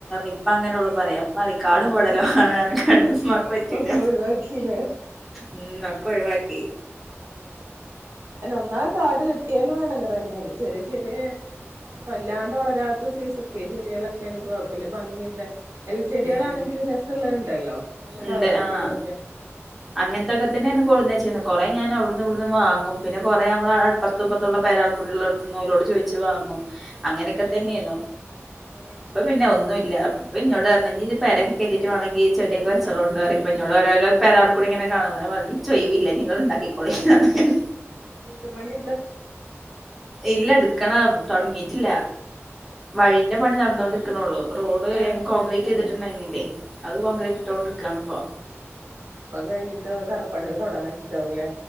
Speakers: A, in the centre; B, on the right.
A: ഇപ്പ അങ്ങനെയൊള്ളൂ പറയാ ചെയോന്ന് ഇപ്പ അങ്ങന ഉള്ള പറയാം <unintelligible> ഇമ്മ പറിം കാടും
B: ആഹ്
A: പടലും
B: ആഹ്
A: ആണ് പറഞ്ഞ്ങ്ങാണ്ട് ഇമ്മാക്ക് പറ്റൂല
B: ഒക്കെ ഒഴിവാക്കില്ലേ
A: ഉം ഒക്കൊഴിവാക്കി
B: ഉം അയ്ന് ഒന്നാകെ കാട് കെട്ടിയാലുംഎടങ്ങേറാന്നെയാണേയ്‌ ചെറിയ ചെറിയ ഇങ്ങനെ വല്ലാണ്ട് വളരാത്ത സൈസൊക്കെ ചെടികളൊക്കൊണെങ്കി കുഴപ്പല്ല ഭംഗിള്ളെ എല ചെടികളാണെങ്കിലും
A: ഉം
B: രസള്ളത് ഉണ്ടല്ലോ നല്ല
A: ഇണ്ട്
B: കളർ ചെടികളൊക്കെ
A: ആഹ് അങ്ങനത്തൊക്കെ തന്നെന്നു പിന്നെ കൊറേ ഞാൻ അവിടുന്നും ഇവിടുന്നും വാങ്ങും പിന്നെ കുറേ നമ്മളെ അപ്പുറത്തും ഇപ്പറത്തുള്ള പെരേൾക്കൂടിള്ളോട്ത്ത്ന്ന് ഓലോട് ചോയ്ച്ച് വാങ്ങും അങ്ങനെയൊക്കെ
B: ആഹ്
A: തന്നെയേന്നു.
B: ആഹ്
A: ഇപ്പൊ പിന്നെ ഒന്നുംല്ല. ഇപ്പൊ ഇന്നോട് പറഞ്ഞു ന്ന ഇഞ്ഞി ഇജ്ജ് പെരയൊക്കെ കയറ്റീട്ട് വേണെങ്കി ചെടിയൊക്കെ വെച്ചോളോണ്ടു
B: ആഹ്
A: പറിം ഇപ്പന്നോട്. ഓരോരോ പെരേൽ ക്കൂടി ഇങ്ങനെ കാണുമ്പോ. ഞാൻ പറിം ഇഞ്ഞി ഇച്ച് ഒയിവില്ല. ഇഞ്ഞി ഇങ്ങള് ഇണ്ടാക്കിക്കോളീം ന്ന് പറഞ്ഞു ഞാന്
B: വീട് പണി
A: ഇല്ല ഇടുക്കണം തുടങ്ങീട്ടില്ല
B: ആഹ്
A: വഴിന്റെ പണി നടന്നോണ്ട്ക്ക്‌ണൊള്ളൂ റോഡ്
B: അത് ശരി
A: കോൺക്രീറ്റ്
B: ആഹ്
A: ചെയ്തിട്ടുണ്ടായിന്നില്ലേ അത് കോൺക്രീറ്റ് ഇട്ടോണ്ട് നിക്കാണ് ഇപ്പൊ
B: അപ്പൊ അത് കഴിഞ്ഞിട്ട് തറപ്പണിയൊക്കെ തുടങ്ങാചിട്ടാവും ലേ